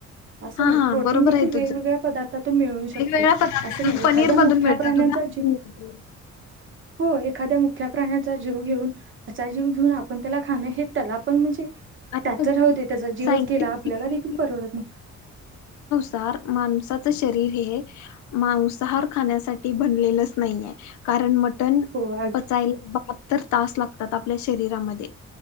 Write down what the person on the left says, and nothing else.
हां,
हां.
बरोबर
आहे
तुझं.
वेगवेगळ्या पदार्थातून
पनीरमधून
मिळतात,
दुधामधून
मिळतं
आणि
सायंटिफिकली
माणसाच शरीर हे मौसाहार खाण्यासाठी बनलेलंच नाहीये कारण मटण
पचायला बाहत्तर तास लातात आपल्या शरीरामध्ये